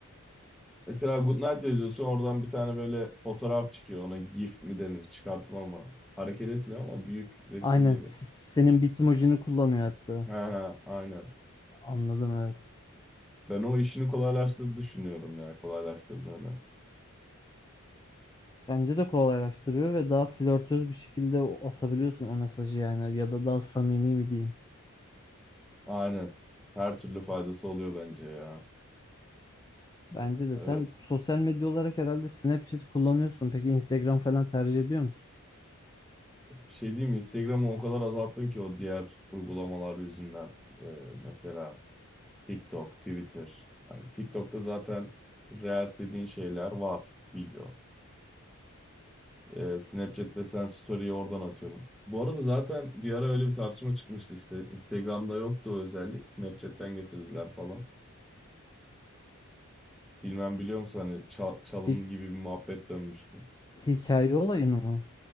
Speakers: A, in the centre; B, on the left.
A: Mesela Goodnight yazıyorsun oradan bir tane böyle fotoğraf çıkıyor. Ona GIF mi denir? Çıkartma mı? Hareket etmiyor ama büyük resim
B: Aynen
A: gibi.
B: s- senin bitmojini kullanıyor hatta.
A: Ha ha aynen.
B: Anladım evet.
A: Ben o işini kolaylaştırdı düşünüyorum ya. Kolaylaştırdığını.
B: Bence de kolaylaştırıyor ve daha flörtöz bir şekilde o- atabiliyorsun o mesajı yani ya da daha samimi mi diyeyim.
A: Aynen. Her türlü faydası oluyor bence ya.
B: Bence de
A: Ee,
B: sen sosyal medya olarak herhalde Snapchat kullanıyorsun. Peki Instagram falan tercih ediyor musun?
A: bir şey diyeyim mi? Instagram'ı o kadar azalttım ki o diğer uygulamalar yüzünden. Ee, mesela TikTok, Twitter. Hani TikTok'ta zaten Reels dediğin şeyler var. Video. Ee, Snapchat'te sen story'yi oradan atıyorum. Bu arada zaten bir ara öyle bir tartışma çıkmıştı işte. Instagram'da yoktu o özellik. Snapchat'ten getirdiler falan. Bilmem biliyor musun hani ça- çalındı
B: Hi-
A: gibi bir muhabbet dönmüştü.
B: hikaye olayını mı?